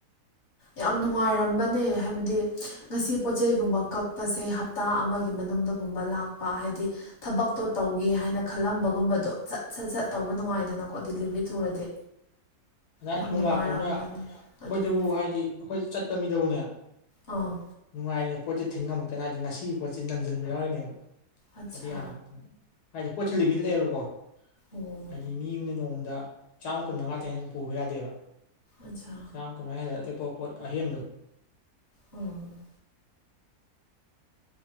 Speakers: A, on the left; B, on the left.
A: ꯌꯥꯝ ꯅꯨꯡꯉꯥꯏꯔꯝꯕꯅꯦ ꯍꯥꯏꯕꯗꯤ ꯉꯁꯤ ꯄꯣꯠꯆꯩꯒꯨꯝꯕ ꯀꯛꯄꯁꯦ ꯍꯞꯇꯥ ꯑꯃꯒꯤ ꯃꯅꯨꯡꯗꯒꯨꯝꯕ ꯂꯥꯛꯄ ꯍꯥꯏꯗꯤ ꯊꯕꯛꯇꯣ ꯇꯧꯒꯦ ꯍꯥꯏꯅ ꯈꯜꯂꯝꯕꯒꯨꯝꯕꯗꯣ ꯆꯠ ꯁꯠ ꯁꯠ ꯇꯧꯕ ꯅꯨꯡꯉꯥꯏꯗꯅꯀꯣ ꯗꯦꯂꯤꯚꯔꯤ ꯊꯨꯔꯗꯤ
B: ꯑꯗꯥꯏ
A: ꯌꯥꯝ
B: ꯊꯨꯅ
A: ꯅꯨꯡꯉꯥꯏꯔꯝꯕꯅꯦ
B: ꯂꯥꯛꯄꯗꯨꯅ ꯑꯩꯈꯣꯏꯗꯕꯨ
A: ꯑꯗꯨꯅꯦ
B: ꯍꯥꯏ ꯑꯩꯈꯣꯏ ꯆꯠꯄ ꯃꯤꯗꯕꯨꯅꯦ
A: ꯑꯥ
B: ꯅꯨꯡꯉꯥꯏꯅꯦ ꯄꯣꯠꯁꯦ ꯊꯤꯟ ꯉꯝꯃꯛꯇꯅ ꯍꯥꯏꯗꯤ ꯉꯁꯤꯒꯤ ꯄꯣꯠꯁ ꯅꯟꯖꯟꯕ ꯌꯥꯎꯔꯤꯅꯦꯕ
A: ꯑꯠꯆꯥ
B: ꯑꯗꯤ ꯌꯥꯝꯅ ꯍꯥꯏꯗꯤ ꯄꯣꯠꯁꯦ ꯂꯤꯃꯤꯠ ꯂꯩꯌꯦꯕꯀꯣ
A: ꯑꯣ
B: ꯍꯥꯏꯗꯤ ꯃꯤ ꯑꯃꯅ ꯅꯣꯡꯃꯗ ꯆꯥꯝꯃ ꯀꯨꯟ ꯃꯉꯥꯗꯅ ꯄꯨꯕ ꯌꯥꯗꯦꯕ
A: ꯑꯠꯆꯥ
B: ꯆꯥꯝ ꯀꯨꯟꯃꯥ ꯍꯗ ꯑꯇꯩ ꯄꯣꯠ ꯑꯍꯦꯟꯗꯣ
A: ꯑꯝ